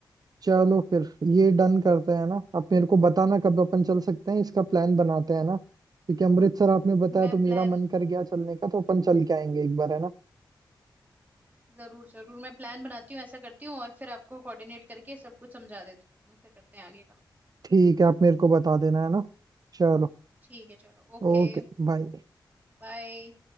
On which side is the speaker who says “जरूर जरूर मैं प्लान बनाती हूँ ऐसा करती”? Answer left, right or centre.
Right